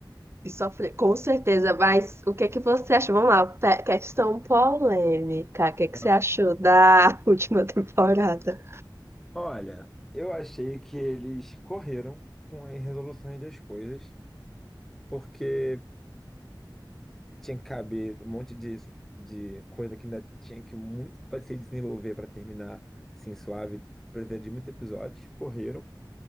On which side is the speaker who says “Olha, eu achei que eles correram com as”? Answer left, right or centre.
Centre